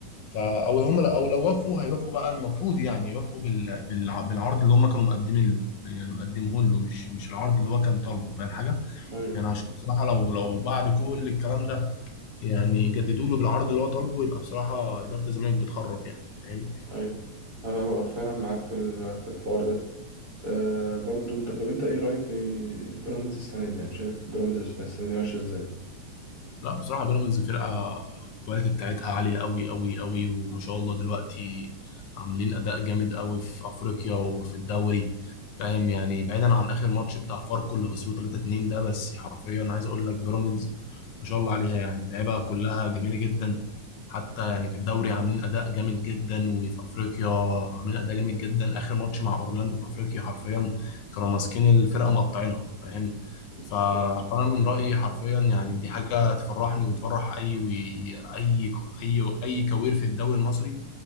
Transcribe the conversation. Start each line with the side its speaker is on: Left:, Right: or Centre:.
Left: فا او هم او لو وافقوا هيوافقوا بقى المفروض يعني يوافقوا بال... بالع- بالعرض اللي هم كانوا مقدمين له يعني مقدمه له مش مش العرض اللي هو كان طالبه فاهم حاجه
Right: أيوه
Left: يعني عشان بصراحه لو لو بعد كل الكلام ده يعني جددوا له بالعرض اللي هو طالبه يبقى بصراحه اداره الزمالك بتخرف يعني فاهم
Right: أيوه أنا فعلا معاك في ال- في الحوار ده أه برضو ط- طب أنت إيه رأيك في بيراميدز السنة دي يعني شايف بيراميدز السنة دي ماشية إزاي؟
Left: لا بصراحة بيراميدز فرقة الكواليتي بتاعتها عالية أوي أوي أوي وما شاء الله دلوقتي عاملين أداء جامد أوي في أفريقيا وفي الدوري فاهم يعني بعيدا عن آخر ماتش بتاع فاركو اللي خسروه 3-2 ده بس حرفيا عايز أقول لك بيراميدز ما شاء الله عليها يعني اللعيبة كلها جميلة جدا حتى يعني في الدوري عاملين أداء جامد جدا وفي أفريقيا عاملين أداء جامد جدا آخر ماتش مع أورلاندو في أفريقيا حرفيا كانوا ماسكين الفرقة مقطعينها فاهم
Right: بص-
Left: ف- فانا من رايي حرفيا يعني دي حاجه تفرحني وتفرح اي اي اي اي كوير في الدوري المصري